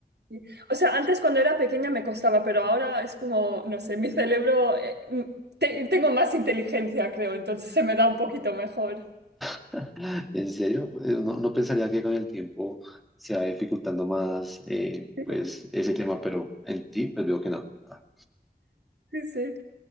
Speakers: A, on the right (about 80°); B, in the centre.
A: Sí. O sea, antes cuando era pequeña me costaba, pero ahora es como, no sé, mi cerebro, eh, mm, te- tengo más inteligencia, creo, entonces se me da un poquito mejor.
B: <laughs> En serio, Eh, no, no pensaría que con el tiempo se va dificultando más eh,
A: Sí,
B: pues ese tema, pero en ti pues veo que no. Ah.
A: sí. sí.